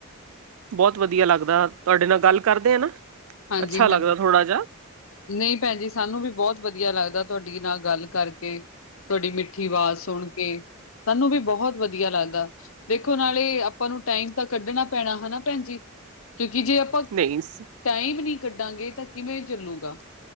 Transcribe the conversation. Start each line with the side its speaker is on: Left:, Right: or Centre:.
Right: ਬਹੁਤ ਵਧੀਆ ਲੱਗਦਾ, ਤੁਹਾਡੇ ਨਾਲ ਗੱਲ ਕਰਦੇ ਨਾ
Left: ਹਾਂਜੀ,
Right: ਅੱਛਾ ਲੱਗਦਾ
Left: ਹਾਂਜੀ।
Right: ਥੋੜਾ ਜਿਹਾ
Left: ਨਹੀਂ ਭੈਣ ਜੀ, ਸਾਨੂੰ ਵੀ ਬਹੁਤ ਵਧੀਆ ਲੱਗਦਾ ਤੁਹਾਡੀ ਨਾਲ ਗੱਲ ਕਰਕੇ ਤੁਹਾਡੀ ਮਿੱਠੀ ਆਵਾਜ਼ ਸੁਣ ਕੇ ਸਾਨੂੰ ਵੀ ਬਹੁਤ ਵਧੀਆ ਲੱਗਦਾ, ਦੇਖੋ ਨਾਲੇ ਆਪਾਂ ਨੂੰ ਟਾਈਮ ਤਾਂ ਕੱਢਣਾ ਪੈਣਾ ਹਨਾ ਭੈਣ ਜੀ, ਕਿਉਂਕਿ ਜੇ ਆਪਾਂ
Right: ਤੇਈਸ
Left: ਟਾਈਮ ਨਹੀਂ ਕੱਢਾਂਗੇ ਤਾਂ ਕਿਵੇਂ ਚੱਲੂਗਾ